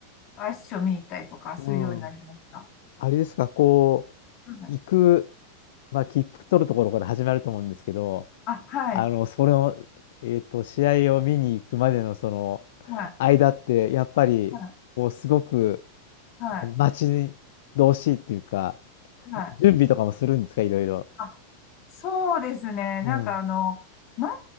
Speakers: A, on the left; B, on the left.
A: アイスショー見に行ったりとかするようになりました。
B: うん。あれですか、こ
A: うん
B: う、行く、まあ、切符取るところから始まると思うんですけど、
A: あ、はい、
B: あの、それを、えっと、試合を見に行くまでのその間って、
A: はい、
B: やっぱり、
A: はい、
B: こう、すごく、
A: はい、
B: 待ち遠しいっていうか、
A: はい。
B: 準備とかもするんですか、いろいろ。
A: あ、そうですね。
B: うん。
A: なんかあの、ま